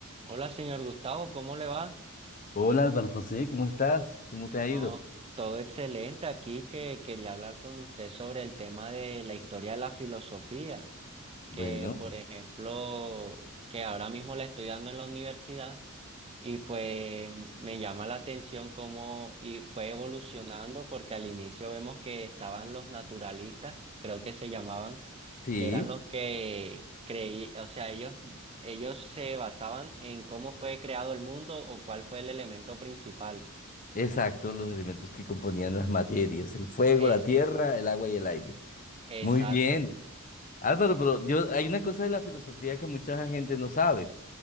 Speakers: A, on the right; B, on the left.
A: Hola, señor Gustavo, ¿cómo le va?
B: Hola Álvaro José, ¿cómo estás? ¿Cómo te
A: No,
B: ha ido?
A: todo excelente aquí que quería hablar con usted sobre el tema de la historia de la filosofía
B: Bueno,
A: que por ejemplo, que ahora mismo la estoy dando en la universidad y pues me llama la atención cómo y fue evolucionando porque al inicio vemos que estaban los naturalistas, creo que se llamaban,
B: sí,
A: que eran los que creí, o sea, ellos ellos se basaban en cómo fue creado el mundo o cuál fue el elemento principal.
B: exacto, los elementos que componían las materias, el fuego,
A: Es
B: la tierra, el agua y el aire.
A: exacto.
B: Muy bien. Álvaro, pero yo, hay una cosa de la filosofía que mucha gente no sabe.